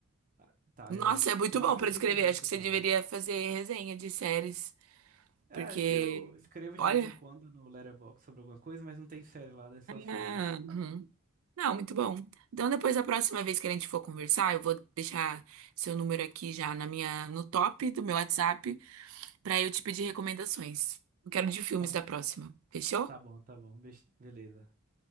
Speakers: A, on the right; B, on the right.
A: Ah, Tá,
B: Nossa,
A: é.
B: é muito
A: Tomara
B: bom
A: que
B: pra
A: você
B: escrever.
A: se divirta
B: Acho que você
A: com
B: deveria
A: ela.
B: fazer resenha de séries.
A: É,
B: Porque,
A: acho que eu escrevo
B: olha.
A: de vez em quando no Letterboxd sobre alguma coisa, mas não tem série lá, é Só filmes.
B: ah, uhum. Não, muito bom. Então, depois, a próxima vez que a gente for conversar, eu vou deixar seu número aqui já na minha, no top do meu WhatsApp pra eu te pedir recomendações. Eu quero de filmes
A: Tá,
B: da próxima. Fechou?
A: tá bom, tá bom. Be- beleza.